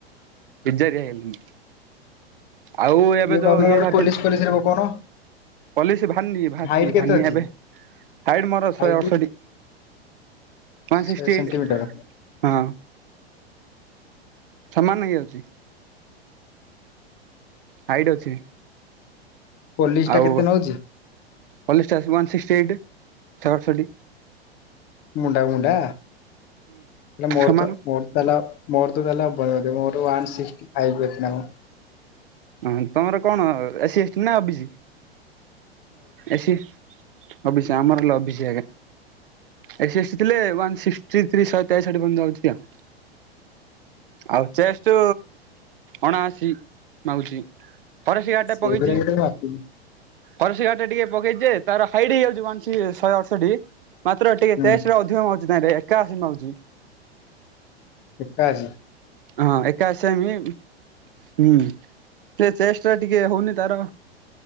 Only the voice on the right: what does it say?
ବିଜାରିଆ ହେଲିଣିି। ଆଉ ଏ ଏବେ ତ
ଇଏ ବାହାରିଛି।
ପଲିସି ବାରନି କି ବାହାରିଛି
ଜି
ଭାରନି
ଏବେ? ହାଇଡ ମର
ଶହ ଅଡସଠି। ୱାନ ଶିଷ୍ଟି
ଏଇଟି ହଁ। ସମାନ ହେଇଯାଉଛି। ହାଇଟ୍ ଅଛି।
ଆଉ,
ପୋଲିସ ଟା ଅଛି ୱାନ ସିଷ୍ଟି ଏଇଟି। ସହର ସଟି
ସମାନ
ହଁ ତମର କଣ ଏସି ଏସ୍ ଏଟି ନା O B C? SC OBC ଆମର ହେଲେ ଓବିଶି ଆଜ୍ଞା। ଏସି ଏସ୍ ଟି ଥିଲେ ୱାନ ଶିଷ୍ଟୀ ଥ୍ରୀ, ସହେ ତେଷଠି ପର୍ଯ୍ୟନ୍ତ ଯାଉଛି ଆଉ। ଆଉ ଚେଷ୍ଟ୍ ଅଣାଅଶୀ ମାଗୁଛି। ଫରେଷ୍ଟ ଗାର୍ଡ ଟା
ପକେଇଚି।
ଫରେଷ୍ଟ ଗାର୍ଡ ଟା ଟିକେ ପକେଇଚ ଯେ ତାର ହାଇଟ୍ ହେଇଯାଉଛି ୱାନ ସି ଶହେ ଅଠଶଠି। ମାତ୍ର ଟିକେ
ଚେଷ୍ଟ ରେ ଅଧିକ ମାଗୁଚି ତାଇଁରେ ଏକାଅଶୀ ମାଗୁଚି।
ହଁ ଏକାଅଶି ସେ ମି। ହୁଁ ସେ ଚେଷ୍ଟ ଟା ଟିକେ ହଉନି ତାର।